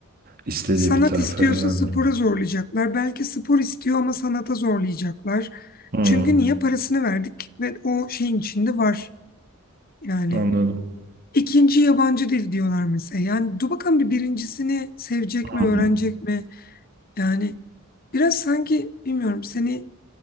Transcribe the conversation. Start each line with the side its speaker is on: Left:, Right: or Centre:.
Right: İstediği
Left: Sanat
Right: bir tarafa
Left: istiyorsa
Right: yönlendirmek.
Left: spora zorlayacaklar. Belki spor istiyor ama sanata zorlayacaklar.
Right: Hı.
Left: Çünkü niye parasını verdik ve o şeyin içinde var yani.
Right: Anladım.
Left: İkinci yabancı dil diyorlar mesela. Yani dur bakalım bir birincisini sevecek
Right: Hı
Left: mi, öğrenecek
Right: hı.
Left: mi? Yani biraz sanki bilmiyorum seni